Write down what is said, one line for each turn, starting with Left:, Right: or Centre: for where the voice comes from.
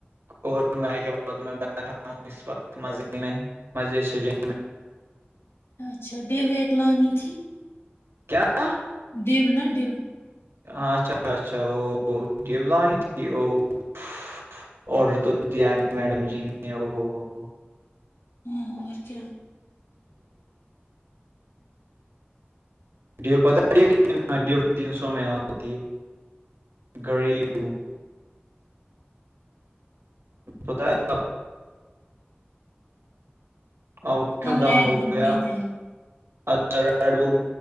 Right: اور میں کے بعد بیٹھا ہوں اس وقت مسجد میں مسجد سے <inaudible>
Left: اچھا ڈیویک لانی تھی <inaudible>
Right: کیا <inaudible>
Left: دیو نہا ڈو <inaudible>
Right: اچھا اچھا او دیولانی تھی او <inaudible> آڈر تو دیا ہے میڈم جی نے ا ہو ہو <inaudible>
Left: اور کیا <inaudible> <inaudible>
Right: ی پتاتڈی تین سو میں ہوتی ہے <inaudible> گڑیوں <inaudible> بت <inaudible> آؤ کیوں
Left: ہم
Right: دم
Left: ریڈ
Right: ہو
Left: بل
Right: گیا
Left: پیتے
Right: <inaudible>
Left: ہیں
Right: اچھا ری بول